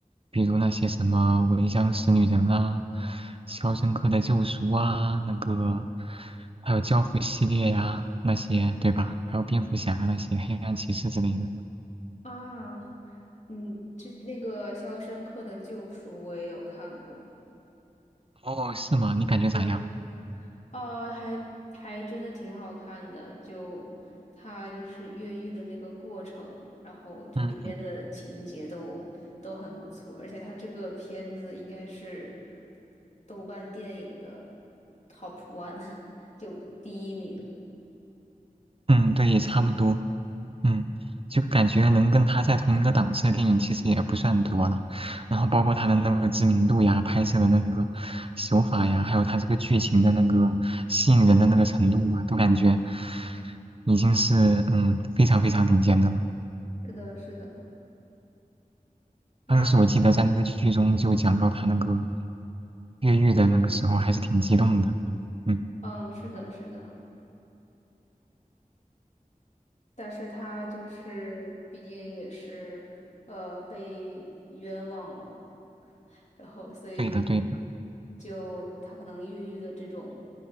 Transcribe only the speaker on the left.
啊，嗯，这那个《肖申克的救赎》我也有看过。
对。呃，还还真的挺好看的，就他就是越狱的那个过程，然后就里边的情节都都很不错，
而且他这个片子应该是豆瓣电影的 top one，<laughs> 就第一名。
是的，是的，那
嗯，是的，是的，但是他就是毕竟也是呃被冤枉了嘛。然后所以
就他可能抑郁的这种